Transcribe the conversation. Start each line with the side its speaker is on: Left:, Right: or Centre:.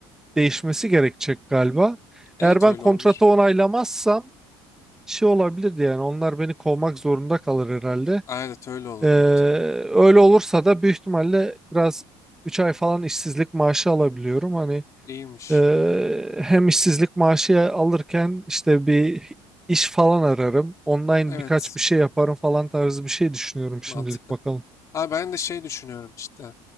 Centre: değişmesi gerekecek galiba.
Left: Evet
Centre: Eğer ben
Left: öyle
Centre: kontratı
Left: olabilir.
Centre: onaylamazsam şey olabilirdi yani onlar beni kovmak zorunda kalır herhalde.
Left: Evet öyle olur
Centre: Ee,
Left: büyük ihtimal.
Centre: öyle olursa da büyük ihtimalle biraz 3 ay falan işsizlik maaşı alabiliyorum. Hani
Left: İyiymiş.
Centre: e, hem işsizlik maaşı alırken işte bir iş falan ararım. Online
Left: Evet.
Centre: birkaç bir şey yaparım falan tarzı bir şey düşünüyorum şimdilik
Left: Mantıklı.
Centre: bakalım.
Left: Ha ben de şey düşünüyorum işte.